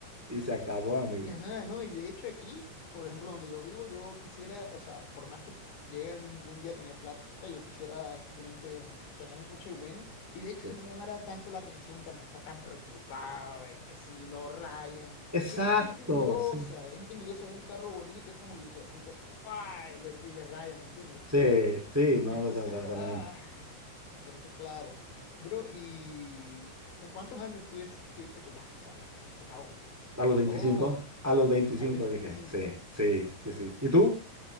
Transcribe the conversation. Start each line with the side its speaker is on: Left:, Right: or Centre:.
Centre: y se acabó, amigo.
Left: Ajá, no, y de hecho aquí, por ejemplo, donde yo vivo, yo quisiera, o sea, por más que llegue algún día a tener plata, yo quisiera simplemente mm, tener un coche bueno y de hecho
Centre: Sí.
Left: que no me llamara tanto la atención para no estar tan preocupado de que si lo rayan,
Centre: Exacto,
Left: que hay gente envidiosa,
Centre: sí.
Left: hay gente envidiosa de un carro bonito y es como que, hijo de puta, ¡fua! y le, y le rayan, ¿me entiendes?
Centre: Sí, sí, no,
Left: Entonces,
Centre: da- da- totalmente.
Left: ah, entonces, claro. Bro, ¿y con cuántos años tú decidiste que ya, o sea, ya, ya, se acabó?
Centre: A los
Left: Se
Centre: veinticinco
Left: acabó a,
Centre: a los 25
Left: a los 25.
Centre: dije, sí, sí, sí, sí. ¿Y tú?